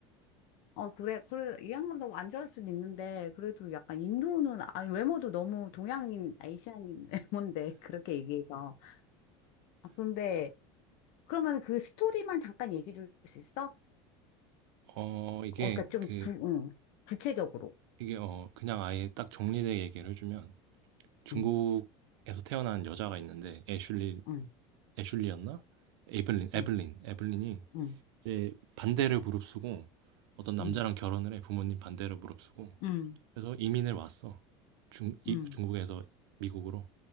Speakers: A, on the left (about 60°); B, on the right (about 80°).
A: 어, 그래, 그래, 이 양반도 안 좋아할 수는 있는데, 그래도 약간 인도는, 아니, 외모도 너무 동양인, 아시안인 <laughs> 외모인데, 그렇게 얘기해서. 아, 근데, 그러면 그 스토리만 잠깐 얘기해 줄 수 있어?
B: 어 이게
A: 어, 그니까 좀
B: 그
A: 구, 응, 구체적으로.
B: 이게 어 그냥 아예 딱 정리돼 얘기를 해주면 중국에서
A: 응,
B: 태어난 여자가 있는데 애슐리
A: 응,
B: 애슐리였나 에블린 에블린
A: 응,
B: 에블린이
A: 응,
B: 이제 반대를 무릅쓰고 어떤 남자랑
A: 응,
B: 결혼을 해 부모님 반대를 무릅쓰고
A: 응,
B: 그래서 이민을 왔어. 중, 이-
A: 응,
B: 중국에서 미국으로.